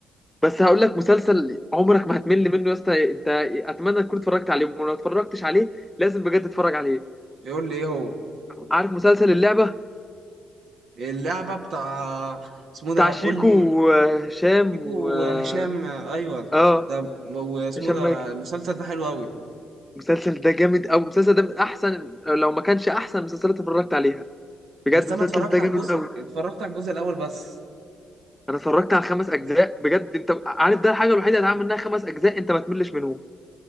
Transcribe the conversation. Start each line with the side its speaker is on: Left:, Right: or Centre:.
Centre: بس هقول لك مسلسل عمرك ما هتمل منه يا اسطى إيه، انت اتمنى تكون اتفرجت عليه ولو ما اتفرجتش عليه لازم بجد تتفرج عليه
Right: يقول لي ايه هو
Centre: عارف مسلسل اللعبة
Right: اللعبة بتاع اسمه
Centre: بتاع
Right: ده
Centre: شيكو
Right: قول لي
Centre: وهشام
Right: شيكو
Centre: و اه
Right: وهشام ايوه
Centre: آه،
Right: ده واسمه
Centre: هشام
Right: ده
Centre: ماجد
Right: المسلسل ده حلو قوي
Centre: المسلسل ده جامد أوي المسلسل ده من أحسن لو ما كانش أحسن مسلسلات اتفرجت عليها بجد
Right: بس
Centre: المسلسل
Right: انا اتفرجت
Centre: ده
Right: على
Centre: جامد
Right: الجزء
Centre: أوي
Right: اتفرجت على الجزء الاول بس
Centre: أنا اتفرجت على خمس أجزاء بجد أنت عارف ده الحاجة الوحيدة اللي هتعمل منها خمس أجزاء أنت ما تملش منهم